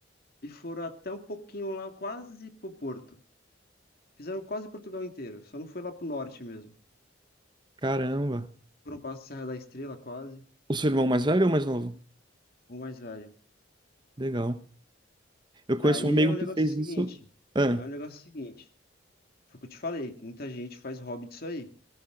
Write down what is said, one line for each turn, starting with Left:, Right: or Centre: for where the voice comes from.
Left: e foram até um pouquinho lá, quase pro Porto. Fizeram quase Portugal inteiro, só não foi lá pro norte mesmo.
Right: caramba.
Left: Foram para Serra da Estrela, quase,
Right: O seu irmão mais velho ou mais novo?
Left: ou mais velho.
Right: Legal. Eu conheço
Left: Aí
Right: um amigo
Left: é o negócio
Right: que fez
Left: seguinte,
Right: isso. Ah,
Left: é o negócio seguinte, foi o que eu te falei, muita gente faz hobby disso aí,